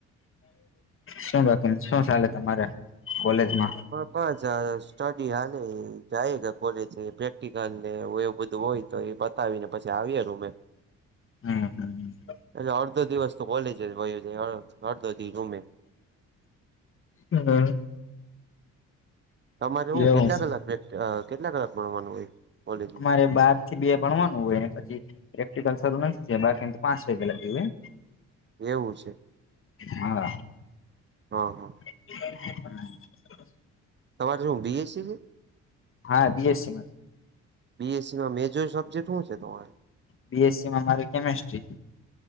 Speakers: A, on the left; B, on the right.
A: શું બાકી શું ચાલે તમારે કોલેજમાં?
B: હવે કોલેજ જાઈશ. સ્ટડી હાલે જાઈએ રા કોલેજ પ્રેક્ટિકલ ને એવું બધું હોય તો એ પત તાવીને પછી આવીએ રૂમે.
A: હમ હમ
B: એટલે અડધો દિવસ તો કોલેજે જ વયો જાય. અડધો દિ રૂમે.
A: બરાબર.
B: તમારે હું
A: એવું
B: કેટલા
A: છે.
B: કલાક પ્રેક કેટલા કલાક ભણવાનું હોય કોલેજમાં?
A: અરે બાર થી બે ભણવાનું હોય ને પછી પ્રેક્ટિકલ શરૂ નથી થયું. બાકીન તો પાંચ વાગ્યા લગી હોય.
B: એવું છે?
A: હા
B: હહ હહ
A: હમ
B: તમારે શું બીએસસી છે?
A: હા બીએસસીમાં.
B: બીએસસીમાં મેજર સબ્જેક્ટ હું છે તમારે?
A: બી. એસ. સી માં મારી કેમેસ્ટ્રી